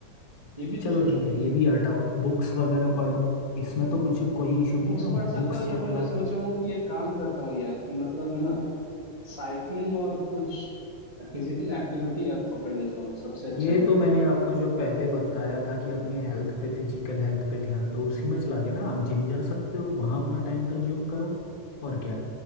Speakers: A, on the right; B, on the left.
A: ये भी
B: चलो
A: तो सोचो
B: ठीक है ये भी हटाओ बुक्स वगैरह पढ़ो इसमें तो कुछ कोई इशू नहीं
A: बुक्स
B: है ना
A: पढ़ सकता
B: बुक्स
A: हूँ या
B: वाला
A: फिर मैं सोच
B: के
A: रहा हूँ कि एक काम करता हूँ यार कि मतलब मैं ना साइकिलिंग और कुछ फिजिकल एक्टिविटी आप पकड़ लेता हूँ सबसे अच्छा
B: ये
A: रहेगा
B: तो मैंने आपको जो पहले बताया था कि अपने हेल्थ पे फिजिकल हेल्थ पे ध्यान दो उसी में चला गया ना आप जिम जा सकते हो वहाँ अपना टाइम कंज्यूम करो और क्या